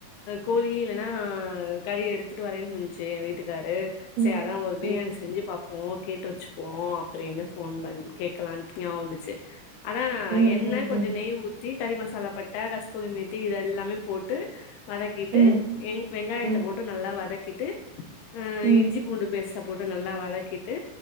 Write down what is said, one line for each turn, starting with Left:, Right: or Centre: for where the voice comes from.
Left: கோழி இல்லன்னா கறி எடுத்துட்டு வரேன் சொல்சி எயா வீட்டுக்காரு சேரி
Right: ம்
Left: அதா ஒரு பிரியாணி
Right: ம்
Left: செஞ்சி பாப்போ கேட்டு வெச்சிப்போ அப்டின்னு ஃபோன் பண் கேக்கலான்ட்டு ஞாபோ வந்துச்சி அதா
Right: ம்
Left: எண்ண
Right: ம்
Left: கொஞ்சோ
Right: ம்
Left: நெய் ஊத் த்தி கறி மசாலா பட்ட, கஸ்தூரி மேத்தி இதெல்லாமே போட்டு வதக்கிட்டு
Right: ம்
Left: எங் வெங்காயத்த
Right: ம்
Left: போட்டு நல்லா வதக்கிட்டு அ
Right: ம்
Left: இஞ்சி பூண்டு பேஸ்ட்ட போட்டு நல்லா வதக்கிட்டு